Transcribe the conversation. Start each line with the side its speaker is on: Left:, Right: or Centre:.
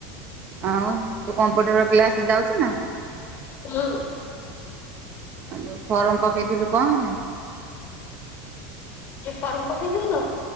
Right: ଆଉ ତୁ କମ୍ପ୍ୟୁଟର କ୍ଲାସେ ଯାଉଚୁ ନା।
Left: ହୁଁ।
Right: ଆଉ ଯୋଉ ଫର୍ମ ପକେଇଥିଲୁ କଣ ହେଲା।
Left: ଯଉ ଫର୍ମ ପକେଇ ଥିଲି ନା